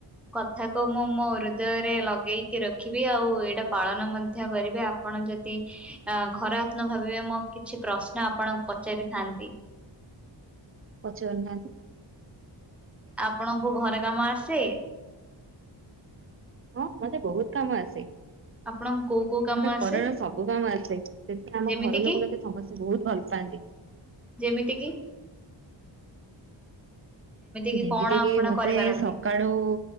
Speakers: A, in the centre; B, on the right.
A: କଥାକୁ ମୁଁ ମୋ ହୃଦୟରେ ଲଗେଇକି ରଖିବି ଆଉ ଏଇଟା ପାଳନ ମଧ୍ୟ କରିବି ଆ ପଣ ଯଦି ଅ ଖରାପ ନ ଭାବିବେ ମୁଁ କିଛି ପ୍ରଶ୍ନ ଆପଣଙ୍କୁ ପଚାରିଥାନ୍ତି।
B: ପଚାରୁନାହାନ୍ତି
A: ଆପଣଙ୍କୁ ଘରେ କାମ ଆସେ?
B: ହଁ ମତେ ବହୁତ କାମ ଆସେ।
A: ଆପଣଙ୍କୁ କୋଉ କୋଉ କାମ
B: ମତେ
A: ଆସେ
B: ଘରର ସବୁ କାମ ଆସେ ସେଥିାଇଁ ଆମ
A: ଯେମିତି
B: ଘର ଲୋକ
A: କିି
B: ମତେ ସମସ୍ତେ ବହୁତ ଭଲ ପାଆନ୍ତି।
A: ଯେମିତି କି? କିି
B: ଯେମିତି
A: କଣ ଆପଣ
B: କିି ମତେ
A: କରିପାରନ୍ତି?
B: ସକାଳୁ